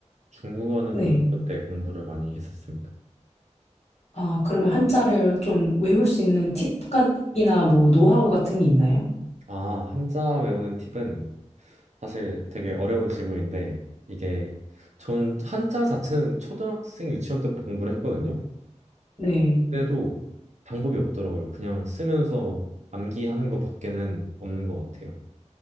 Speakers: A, on the right; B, on the left.
A: 중국어는
B: 네.
A: 고등학교 때 공부를 많이 했었습니다.
B: 아, 그러면 한자를 좀 외울 수 있는 팁이나 뭐 노하우 같은 게 있나요?
A: 아, 한자 외우는 팁은 사실 되게 어려운 질문인데, 이게 전 한자 자체는 초등학생 유치원 때부터 공부를 했거든요.
B: 네.
A: 그때도 방법이 없더라고요. 그냥 쓰면서 암기하는 것밖에는 없는 것 같아요.